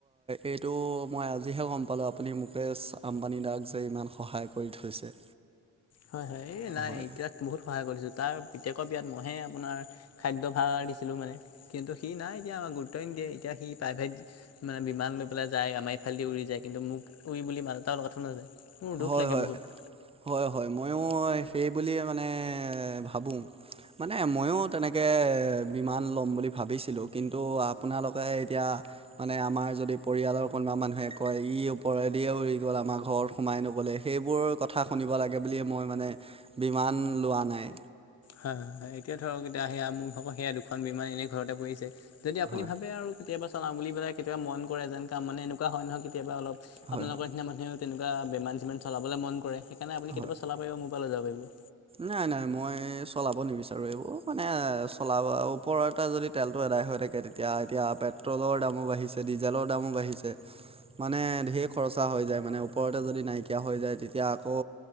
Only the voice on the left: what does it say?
হয় হয় এই নাই
এতিয়া বহুত সহায় কৰিছো তাৰ পিতেকৰ বিয়াত মই হে আপোনাৰ। খাদ্য ভাগৰ দিছিলোঁ মানে কিন্তু সি নাই এতিয়া আমাক গুৰুত্ব এ নিদিয়ে এতিয়া সি প্ৰাইভেট। মানে বিমান লৈ পেলাই যায় আমাৰ এইফালেদি উৰি যায় কিন্তু মোক উৰি বুলি মাত এটাও লগাই থৈ নাযায়। মোৰ দুখ
লাগে বহুত।
হয় এতিয়া ধৰক এতিয়া সেয়া সেয়া দুখন বিমান এনেই ঘৰতে পৰিছে। যদি আপুনি
ভাবে আৰু কেতিয়াবা চলাও বুলি পেলাই কেতিয়াবা মন কৰে যেন কাম মানে এনেকুৱা হয় নহয় কেতিয়াবা অলপ।
আপোনালোকৰ
নিচিনা মানুহে। তেনেকুৱা বিমান চিমান চাবলৈ মন কৰে সেইকাৰণে আপুনি
কেতিয়াবা চালাব মোৰ পৰা লৈ যাব পাৰিব।